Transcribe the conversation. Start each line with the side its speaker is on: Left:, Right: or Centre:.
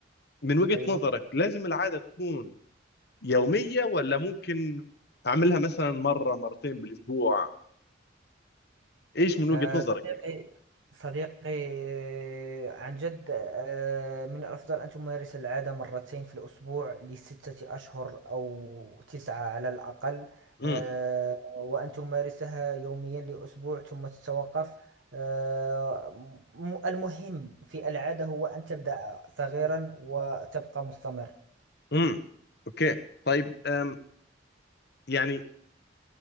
Left: من وجهة
Right: أيوة
Left: نظرك لازم العادة تكون يومية ولا ممكن أعملها مثلا مرة مرتين بالأسبوع إيش من
Right: آه،
Left: وجهة نظرك
Right: صديقي
Left: يعني
Right: صديقي آه، عن جد آه، من الأفضل أن تمارس العادة مرتين في الأسبوع لستة أشهر أو تسعة على الأقل
Left: امم
Right: آه، وأن تمارسها يوميا لأسبوع ثم تتوقف آه، م- المهم في العادة هو أن تبدأ صغيرا وتبقى مستمر
Left: امم اوكي طيب أم يعني